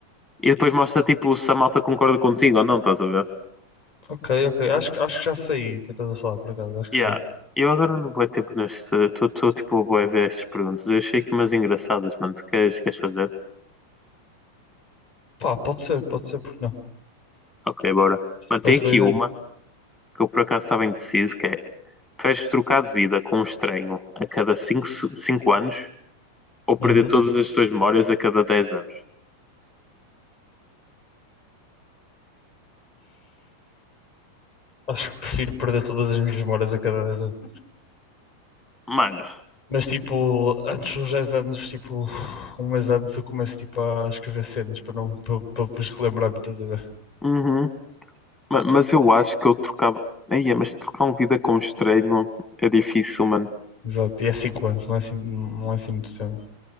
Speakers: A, on the left (about 15°); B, on the left (about 45°).
A: e depois mostra tipo se a malta concorda contigo ou não, estás a ver?
B: Ok, ok. Acho, que- acho que já sei o que estás a falar, por acaso. Acho que
A: Yeah.
B: sei.
A: Eu agora não vou tempo neste. Estou tipo a bué ver estas perguntas. Eu achei aqui umas engraçadas, mano. Tu queres, queres fazer?
B: Pá, pode ser, pode ser, porque não?
A: Ok, bora. Mano,
B: Parece
A: tem aqui
B: boa ideia.
A: uma. que eu por acaso estava indeciso, que é preferes trocar de vida com um estranho a cada cinco, cinco anos ou perder
B: Uhum.
A: todas as tuas memórias a cada 10 anos?
B: Acho que prefiro perder todas as minhas memórias a cada 10 anos.
A: Mano,
B: Mas, tipo, antes dos 10 anos, tipo, um mês antes, eu começo, tipo, a escrever cenas para não, para, para depois relembrar-me, estás a ver?
A: Uhum. Ma- Mas eu acho que eu trocava. Aí, mas trocar uma vida com um estranho é difícil, mano.
B: Exato. E é cinco anos, não é assim, não é assim muito tempo.